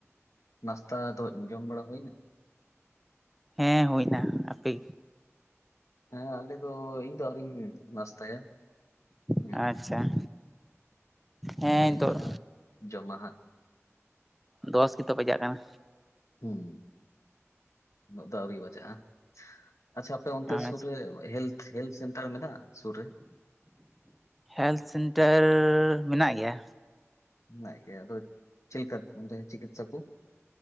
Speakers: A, on the left; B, in the centre.
A: ᱱᱟᱥᱛᱟ ᱫᱚ ᱡᱚᱢ ᱵᱟᱲᱟ ᱦᱩᱭ ᱮᱱᱟ?
B: ᱦᱮᱸ ᱦᱩᱭ ᱮᱱᱟ ᱟᱯᱮᱜᱮ?
A: ᱦᱮᱸ ᱟᱞᱮ ᱫᱚ ᱤᱧ ᱫᱚ ᱟᱣᱨᱤᱹᱧ ᱱᱟᱥᱛᱟᱭᱟ ᱦᱮᱸ᱾
B: ᱟᱪᱪᱷᱟ ᱦᱮᱸ ᱱᱤᱛᱳᱜ᱾
A: ᱱᱤᱛᱚᱜ ᱦᱟᱸᱜ ᱡᱚᱢᱟ ᱦᱟᱜ,
B: ᱫᱚᱥ ᱜᱮᱛᱚ ᱵᱟᱡᱟᱜ ᱠᱟᱱᱟ᱾
A: ᱦᱩᱸ ᱩᱱᱟᱹᱜ ᱫᱚ ᱟᱹᱣᱨᱤ ᱵᱟᱡᱟᱜᱼᱟ᱾ ᱟᱪᱷᱟ ᱟᱯᱮ ᱚᱱᱛᱮ ᱥᱩᱨ
B: ᱟᱪᱪᱷᱟ
A: ᱨᱮ ᱦᱮᱞᱛᱷ ᱥᱮᱱᱴᱟᱨ ᱢᱮᱱᱟᱜᱼᱟ ᱥᱩᱨ ᱨᱮ?
B: ᱦᱮᱞᱛᱷ ᱥᱮᱱᱴᱟᱨ ᱢᱮᱱᱟᱜ ᱜᱮᱭᱟ᱾
A: ᱢᱮᱱᱟᱜ ᱜᱮᱭᱟ ᱟᱫᱚ ᱪᱤᱞᱮᱠᱟ ᱚᱱᱰᱮ ᱪᱤᱠᱤᱛᱥᱟ ᱠᱚ?